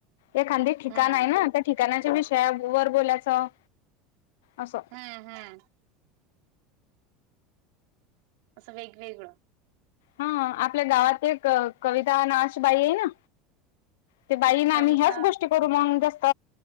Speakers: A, on the left (about 85°); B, on the right (about 65°).
A: एखांदी ठिकाण
B: हम्म
A: आहे ना ठिकाणाच्या विषया वर बोलायचं असं
B: हम्म हम्म असं वेगवेगळं
A: हा आपल्या गावात एक कविता नाच बाई आहे ना ते बाईं आम्ही
B: कविता
A: ह्याच गोष्ट करू मग जास्त